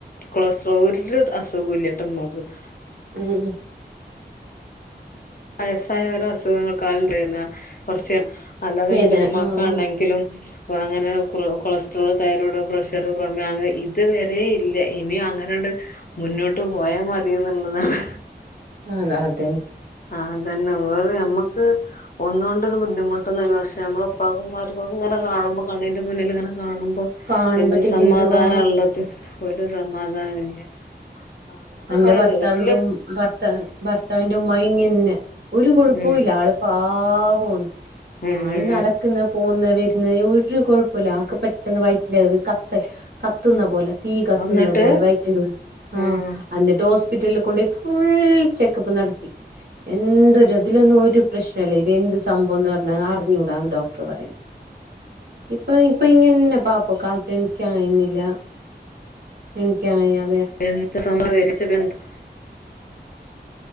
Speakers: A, on the left (about 55°); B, on the right (about 70°).
A: കൊളസ്ട്രോൾ ഒരു അസുഖ ഇല്ലാട്ടോ ഉമ്മാക്ക് -
B: <unintelligible>
A: വയസ്സായ ഓരോ അസുഖങ്ങൾക്കാലും കുറച്ച് അല്ലാതെന്റെമ്ക്കാണെങ്കിലും-
B: വേദന ആഹ്
A: അപ്പൊ അങ്ങനെ കൊളസ്ട്രോള് തൈറോയ്ഡ് പ്രഷർ ക്മേ അങ്ങനെ ഇത് വരെ ഇല്ല ഇനി അങ്ങനെ- മുന്നോട്ട് പോയാൽ മതി എന്നുള്ളതാണ്-
B: അതാത് -
A: ആഹ് അതന്നെ വേറെ അമ്മക്- ഒന്നുകൊണ്ടൊരു ബുദ്ധിമുട്ടൊന്നുമല്ല പക്ഷെ നമ്മള ഉപ്പാക്കന്മാർക്കക്ക ഇങ്ങനെ കാണുമ്പോ കണിന്റെ മുന്നിൽ ഇങ്ങനെ- കാണുമ്പോ
B: കാണുമ്പത്തേക്ക്
A: എന്ത് സമാധാനം
B: എന്തുവാ
A: ഉള്ളത് ഒരു സമാധാന ഇല്ല- അങ്ങനൊക്കെ
B: എന്റെ ഭർത്താവിന്റെ
A: വീട്ടില്
B: ഉ ഭർത്ത ഭർത്താവിന്റെ ഉമ്മ ഇങ്ങന്ന്നാ- ഒരു കുഴപ്പോല്ല
A: ഉം
B: ആള് പാവാണ്
A: ഉം
B: ആള് നടക്കുന്ന പോന്ന് വര് ന്നായി ഒരു കൊഴപ്പോല്ല ആക്ക് പെട്ടെന്ന് വയറ്റിന്റത്ത് കത്തൽ കത്തുന്ന പോലെ തീ കത്തുന്ന
A: അന്നിട്ട്
B: പോലെ വയറ്റിനുള്ളി ആഹ്
A: ഉം
B: എന്നിട്ട് ഹോസ്പിറ്റലിൽ കൊണ്ടോയി ഫുൾ ചെക്കപ്പ് നടത്തി എന്തൊരു അതിലൊന്നും ഒരു പ്രശ്നല്ല. ഇതെന്ത് സംഭവന്ന് പറഞ്ഞാ അറിഞ്ഞൂടാന്ന് ഡോക്ടർ പറയുന്ന് ഇപ്പൊ ഇപ്പൊ ഇങ്ങനന്നെ പാപ്പ കാലത്ത് എണീക്കാൻ കയിയുന്നില്ല. എണീക്കാൻ കഴിയാ
A: <unintelligible>